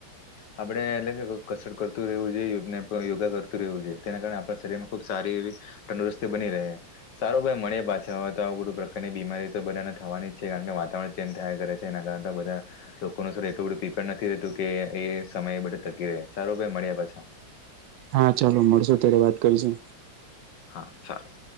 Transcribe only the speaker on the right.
હા ચલો મળશો ત્યારે વાત કરીશું.